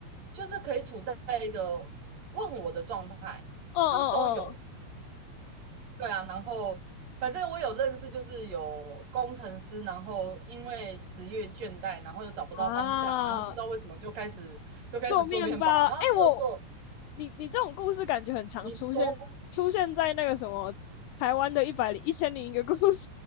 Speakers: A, on the right; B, on the left.
A: 就是可以处在一个问我的状态，
B: 哦哦哦
A: 就是都有对啊，然后反正我有认识，就是有工程师，然后因为职业倦怠，然后又找不到方向，
B: 啊，
A: 然后不知道为什么就开始就开始做面包，
B: 做面包，
A: 然后做一做，
B: 哎、我你你这种故事感觉很常出现，
A: 你手
B: 出现在那个什么台湾的一百零一千零一个故事，<laughs> 就是